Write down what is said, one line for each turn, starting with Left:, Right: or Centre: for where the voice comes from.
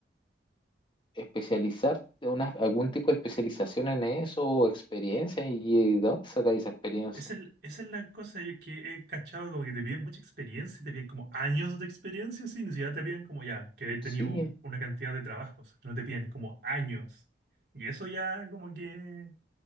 Left: especializarte, una, algún tipo de especialización en eso o experiencia, y, ¿de dónde sacáis esa experiencia?
Right: Esa es, esa es la cosa yo que he cachado, como que te piden mucha experiencia, te piden como años de experiencia, sí, ni siquiera te piden como ya, que he tenido
Left: Sí,
Right: una cantidad de trabajos, no te piden como años. Y eso ya como que